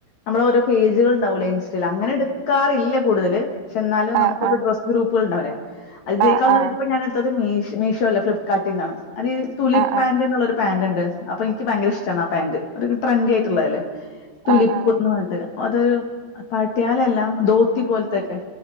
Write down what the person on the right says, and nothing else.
ആഹ് ആഹ്
ആഹ്
ആഹ്
ആഹ് ആഹ്